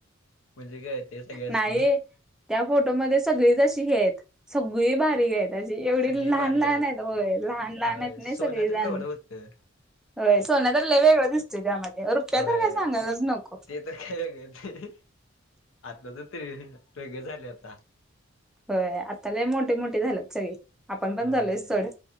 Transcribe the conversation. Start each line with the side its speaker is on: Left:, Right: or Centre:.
Left: म्हणजे काय, ते सगळ्याच
Centre: नाही त्या फोटोमध्ये सगळीच अशी हे सगळी बारीक आहे तजी एवढी
Left: सगळी
Centre: लहान
Left: बारीक
Centre: लहान आहेत लहान लहान
Left: होय
Centre: आहेत
Left: सोनं
Centre: ना सगळेजण
Left: तर केवढं होतं
Centre: होय सोन्या तरला वेगळं दिसतोय, त्यामध्ये रुपया
Left: होय.
Centre: तर काय सांगालाच नको,
Left: ते तर काय वेगळेच तर तरी वेगळे झाले <inaudible>
Centre: होय, आता ते मोठे मोठे झालेत सगळे आपण पण
Left: होय
Centre: झालयच चढ